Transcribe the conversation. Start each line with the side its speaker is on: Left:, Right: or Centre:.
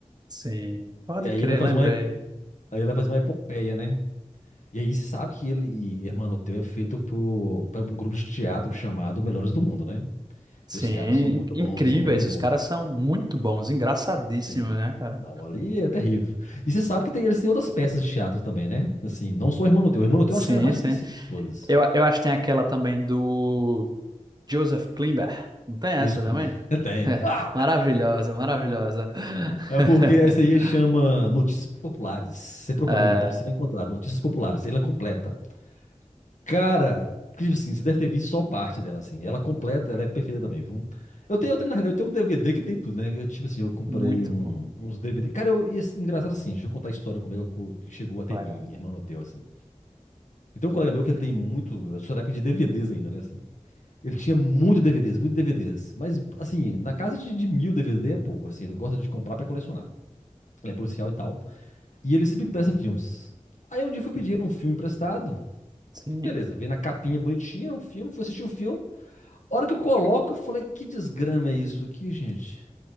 Right: Sim, pode
Left: E aí
Right: crer,
Left: ele vai fazer
Right: lembrei.
Left: uma, ep- aí ele vai fazer uma epopeia, né? E aí se sabe que ele e Hermanoteu é feito por, por um grupo de teatro chamado Melhores do Mundo, né?
Right: Sim,
Left: E os caras são muito
Right: in-
Left: bons,
Right: incríveis.
Left: são muito bons.
Right: Os caras são muito bons, engraçadíssimos,
Left: Tem-
Right: né, cara?
Left: Não, ali é terrível. E você sabe que tem, eles têm outras peças de teatro também, né? Assim, não só o Hermanoteu. O Hermanoteu
Right: Sim,
Left: eu acho que é a mais
Right: sim.
Left: conhecida de todas.
Right: Eu, eu acho que tem aquela também do Joseph Klimber. Não tem essa
Left: E os-
Right: também?
Left: <laughs> Tem. Ah!
Right: Maravilhosa, maravilhosa. <laughs>
Left: É porque essa aí chama Notícias Populares. Você procura
Right: É,
Left: no YouTube, você vai encontrar Notícias Populares. Ela é completa. Cara, tipo assim, você deve ter visto só parte dela, assim. Ela completa, ela é perfeita também, viu? Eu tenho, eu tenho, na realidade, eu tenho um DVD que tem tudo, né? Eu, tipo assim, eu comprei
Right: muito
Left: um-
Right: bom.
Left: uns DVD. Cara, eu, e esse- engraçado assim, deixa eu contar a história como é que eu co- que chegou até
Right: Olha.
Left: mim, Hermanoteu, assim. Então, um colega meu que ele tem muito. Eu sou da época de DVDs ainda, né? Assim. Ele tinha muito DVDs, muito DVDs. Mas, assim, na casa de, de mil DVD é pouco, assim. Ele gosta de comprar pra colecionar. Ele é policial e tal. E ele sempre empresta filmes. Aí um dia eu fui pedir um filme emprestado.
Right: Sim.
Left: Beleza, veio na capinha bonitinha o filme, fui assistir o filme. A hora que eu coloco, eu falei, que desgrama é isso aqui, gente?